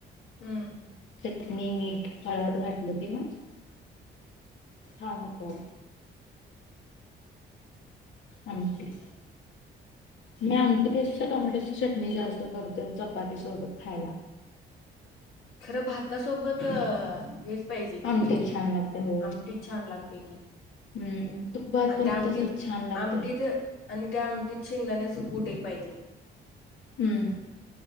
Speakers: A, on the left; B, on the left.
A: हम्म
B: चटनी मीठ फराळाचं घातलं की मग हा का आमटी. मी आमटीपेक्षा टोमॅटोची चटणी जास्त करतोय चपाती सोबत खायला
A: खरं भात सोबत हेच पाहिजे
B: आमटी
A: की
B: छान लागते हो
A: आमटीत छान लागते की
B: हम्म तूप भात
A: आणि
B: पण
A: त्या आमटीत
B: तसच छान लागते
A: आमटीत आणि त्या आमटीत शेंगदाण्याच कुट ही पाहिजे
B: हम्म